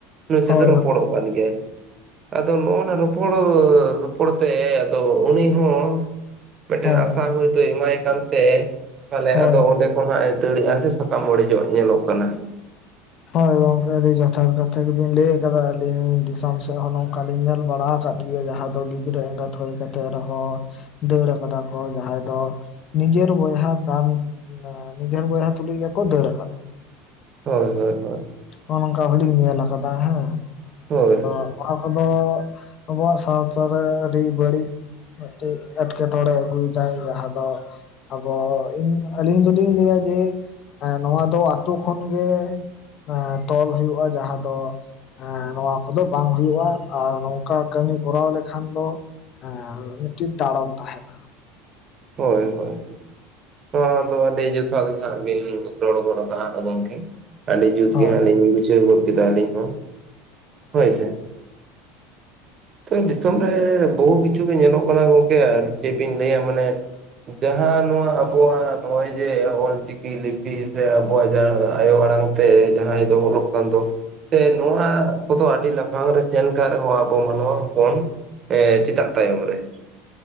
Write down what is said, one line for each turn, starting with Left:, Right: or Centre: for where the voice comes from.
Right: ᱱᱩᱭᱥᱟ
Left: ᱦᱳᱭ
Right: ᱛᱮ ᱨᱚᱯᱚᱲᱚᱜ ᱠᱟᱱ ᱜᱮᱭᱟᱭ ᱟᱫᱚ ᱱᱚᱜᱱᱟ ᱨᱚᱯᱚᱲ ᱨᱚᱯᱚᱲ ᱛᱮ ᱟᱫᱚ ᱩᱱᱤ ᱦᱚᱸ ᱢᱤᱫᱴᱮᱱ
Left: ᱦᱳᱭ
Right: ᱟᱥᱟ ᱦᱚᱭ ᱛᱚᱭ ᱮᱢᱟᱭ ᱠᱟᱱ ᱛᱮ ᱛᱟᱦᱚᱞᱮ
Left: ᱦᱳᱭ
Right: ᱟᱫᱚ ᱚᱸᱰᱮ ᱠᱷᱚᱱᱟᱜ ᱮ ᱫᱟᱹᱲᱮᱫᱟ ᱥᱮ ᱥᱟᱠᱟᱢ ᱚᱲᱮᱡᱚᱜ ᱧᱮᱞᱚᱜ ᱠᱟᱱᱟ
Left: ᱦᱳᱭ ᱜᱚᱝᱠᱮ ᱟᱹᱰᱤ ᱡᱚᱛᱷᱟᱛ ᱠᱟᱛᱷᱟ ᱜᱮᱵᱤᱱ ᱞᱟᱹᱭ ᱟᱠᱟᱫᱟ ᱟᱹᱞᱤᱧ ᱫᱤᱥᱚᱢ ᱥᱮᱫ ᱦᱚᱸ ᱱᱚᱝᱠᱟᱞᱤᱧ ᱧᱮᱞ ᱵᱟᱲᱟ ᱟᱠᱟᱫᱟ ᱤᱭᱟᱹ ᱡᱟᱦᱟ ᱫᱚ ᱜᱤᱫᱽᱨᱟᱹ ᱮᱸᱜᱟᱛ ᱦᱩᱭ ᱠᱟᱛᱮᱫ ᱨᱮᱦᱚᱸ ᱫᱟᱹᱲ ᱠᱟᱫᱟ ᱠᱚ ᱡᱟᱦᱟᱸᱭ ᱫᱚ ᱱᱤᱡᱮᱨ ᱵᱚᱭᱦᱟ ᱠᱟᱱ ᱱᱮᱡᱮᱨ ᱵᱚᱭᱦᱟ ᱛᱩᱞᱩᱡ ᱜᱮᱠᱚ ᱫᱟᱹᱲ ᱟᱠᱟᱫᱟ
Right: ᱦᱳᱭ ᱦᱳᱭ ᱦᱳᱭ
Left: ᱱᱚ ᱱᱚᱝᱠᱟ ᱦᱚᱰᱤᱧ <unintelligible> ᱧᱮᱞ ᱟᱠᱟᱫᱟ ᱦᱮᱸ
Right: ᱦᱳᱭ
Left: ᱟᱫᱚ ᱚᱱᱟ ᱠᱚᱫᱚ ᱟᱵᱚᱣᱟᱜ ᱥᱟᱶᱛᱟᱨᱮ ᱟᱹᱰᱤ ᱵᱟᱹᱲᱤᱡ ᱢᱤᱫᱴᱮᱱ ᱮᱸᱴᱠᱮᱴᱚᱬᱮ ᱟᱹᱜᱩᱭᱮᱫᱟᱭ ᱡᱟᱦᱟᱸ ᱫᱚ ᱟᱵᱚ ᱤᱧ ᱟᱹᱞᱤᱧ ᱫᱚᱞᱤᱧ ᱞᱟᱹᱭᱟ ᱡᱮ ᱱᱚᱣᱟ ᱫᱚ ᱟᱛᱳ ᱠᱷᱚᱱ ᱜᱮ ᱮᱸ ᱛᱚᱞ ᱦᱩᱭᱩᱜᱼᱟ ᱡᱟᱦᱟᱸ ᱫᱚ ᱦᱮᱸ ᱱᱚᱣᱟ ᱠᱚᱫᱚ ᱵᱟᱝ ᱦᱩᱭᱩᱜᱼᱟ ᱟᱨ ᱱᱚᱝᱠᱟ ᱠᱟᱹᱢᱤ ᱠᱚᱨᱟᱣ ᱞᱮᱠᱷᱟᱱ ᱫᱚ ᱦᱮᱸ ᱢᱤᱫᱴᱤᱱ ᱫᱟᱲᱚᱢ ᱛᱟᱦᱮᱱᱟ
Right: ᱦᱳᱭ ᱦᱳᱭ ᱱᱚᱣᱟᱫᱚ ᱟᱹᱰᱤ ᱡᱚᱛᱷᱟᱛ ᱜᱮ ᱦᱟᱸᱜ ᱵᱤᱱ ᱨᱚᱲ ᱜᱚᱫ ᱟᱠᱟᱫᱼᱟ ᱜᱚᱢᱠᱮ ᱟᱹᱰᱤ ᱡᱩᱛ
Left: ᱦᱳᱭ
Right: ᱜᱮ ᱦᱟᱸᱜ ᱞᱤᱧ ᱵᱩᱡᱷᱟᱹᱣ ᱜᱚᱫ ᱠᱮᱫᱟ ᱟᱹᱞᱤᱧ ᱦᱚᱸ ᱦᱳᱭ ᱥᱮ <inaudible> ᱛᱚ ᱫᱤᱥᱚᱢ ᱨᱮ ᱵᱚᱦᱩ ᱠᱤᱪᱷᱩ ᱜᱮ ᱧᱮᱞᱚᱜ ᱠᱟᱱᱟ ᱜᱚᱝᱠᱮ ᱟᱨ ᱪᱮᱫ ᱵᱤᱱ ᱞᱟᱹᱭᱟ ᱢᱟᱱᱮ ᱡᱟᱦᱟᱸ ᱱᱚᱣᱟ ᱟᱵᱚᱣᱟᱜ ᱱᱚᱜᱼᱚᱭ ᱡᱮ ᱚᱞᱪᱤᱠᱤ ᱪᱤᱠᱤ ᱞᱤᱯᱤ ᱥᱮ ᱟᱵᱚᱣᱟᱜ ᱡᱟᱦᱟᱸ ᱟᱭᱳ ᱟᱲᱟᱝ ᱛᱮ ᱡᱟᱦᱟᱸᱭ ᱫᱚ ᱚᱞᱚᱜ ᱠᱟᱱ ᱫᱚ ᱥᱮ ᱱᱚᱣᱟ ᱠᱚᱫᱚ ᱟᱹᱰᱤ ᱞᱟᱯᱷᱟᱝ ᱨᱮ ᱥᱮᱱ ᱠᱟᱱ ᱨᱮᱦᱚᱸ ᱟᱵᱚ ᱢᱟᱱᱣᱟ ᱦᱚᱯᱚᱱ ᱦᱮᱸ ᱪᱮᱫᱟᱜ ᱛᱟᱭᱚᱢ ᱨᱮ